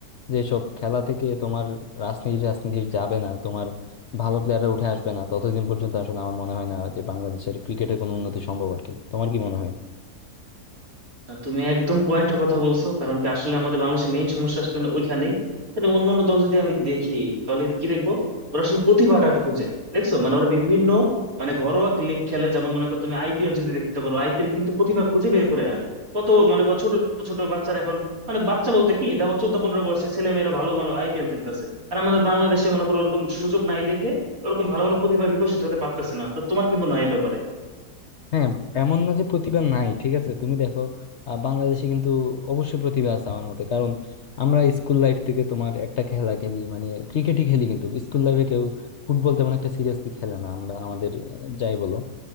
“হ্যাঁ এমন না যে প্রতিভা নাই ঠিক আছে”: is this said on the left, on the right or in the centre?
Left